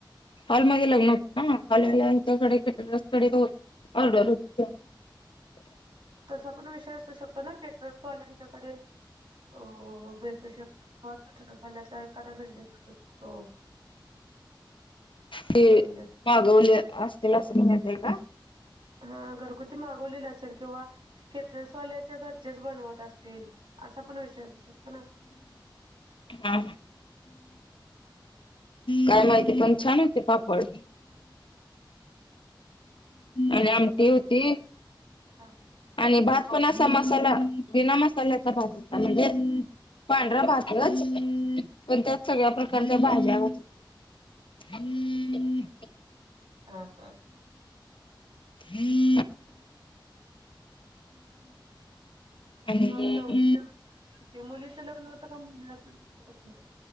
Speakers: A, on the left (about 85°); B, on the right (about 80°).
A: हॉलमध्ये लग्न होतं ना हॉल वाल्यांच्याकडे कॅटर्स कडे तो ऑर्डर होत. <inaudible>
B: तसा पण विषय असू शकतो ना कॅटर्स वाल्यांच्याकडे हो भेटू शकतो फल्याचा एखादा बिझनेस करू शकतो <unintelligible> कापड
A: ते
B: बनवण्याचा
A: मागवले असतील असं म्हणायच हाय का.
B: हा घरगुती मागवलेली असेल किंवा केटरसवाल्याच्या घरचेच बनवत असतील असा पण विषय असू शकतो ना.
A: हा! काय माहिती पण छान होते पापड. आणि आमटी होती.
B: हा
A: आणि भात पण असा मसाला बिना मसाल्याचा भात म्हणजे पांढरा भातच पण त्यात सगळ्या प्रकारच्या भाज्या घातल्याल्या. हम्म!
B: हा हा
A: हम्म आणि
B: मग नव ल हो मुलीचं लग्न होतं का मुलाच लग्न होत.